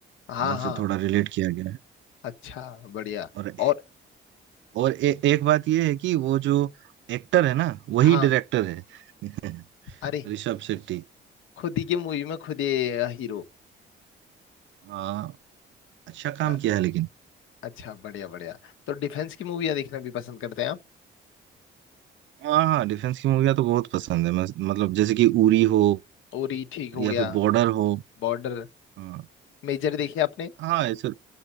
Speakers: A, on the left; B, on the right.
A: हाँ
B: वहां से
A: हाँ
B: थोड़ा रिलेट किया गया है
A: अच्छा बढ़िया
B: और
A: और
B: और ए, एक बात ये है कि वो जो एक्टर है ना वही
A: हाँ
B: डायरेक्टर है <laughs>
A: अरे
B: ऋषभ शेट्टी
A: खुद ही की मूवी में खुद ही अ, हीरो
B: हाँ अच्छा काम
A: अ,
B: किया है लेकिन
A: अच्छा बढ़िया बढ़िया तो डिफेंस की मूवियाँ देखना भी पसंद करते हैं आप
B: हाँ हाँ डिफेंस की मूवियाँ तो बहुत पसंद है मैं- मतलब जैसे कि उरी हो
A: उरी ठीक हो
B: या
A: गया
B: फिर बॉर्डर हो
A: बॉर्डर
B: हाँ
A: मेजर देखी आपने
B: हाँ ऐसे